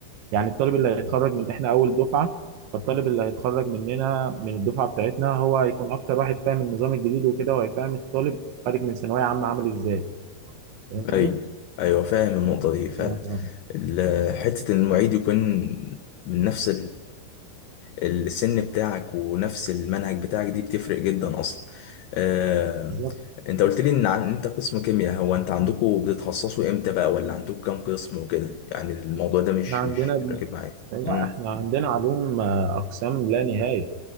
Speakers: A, on the right; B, on the left.
A: يعني الطالب اللي هيتخرج من احنا اول دفعة فالطالب اللي هيتخرج مننا من الدفعة بتاعتنا هو هيكون اكتر واحد فاهم النظام الجديد وكده وهيفهم الطالب خارج من ثانوية عامة عامل ازاي فاهمني؟
B: ايوه ايوه فاهم النقطة دي فعلا
A: آه،
B: ال- حتة إن المعيد يكون من نفس السن بتاعك ونفس المنهج بتاعك دي بتفرق جدا اصلا آه،
A: بالظبط
B: انت قلت لي ان عن- انت قسم كيمياء هو انت عندكم بتتخصصوا امتى بقى ولا عندكم كام قسم وكده يعني الموضوع ده مش
A: احنا عندنا
B: مش راكب معايا
A: لا
B: امم
A: احنا عندنا علوم آه، اقسام لا نهاية